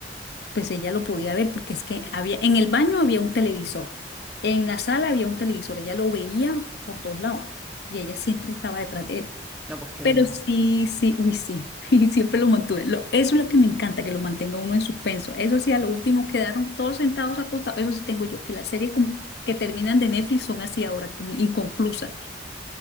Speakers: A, on the left (about 65°); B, in the centre.
A: pues ella lo podía ver, porque es que había, en el baño había un televisor, en la sala había un televisor, ella lo veía por todos lados y ella siempre estaba detrás de él.
B: No, pues qué
A: Pero
B: miedo.
A: sí, sí, uy, sí, <laughs> y siempre lo mantuve. Lo- eso es lo que me encanta, que lo mantenga uno en suspenso. Eso sí, a lo último quedaron todos sentados acostados. Eso sí tengo yo, que las series como que terminan de Netflix son así ahora, como inconclusas.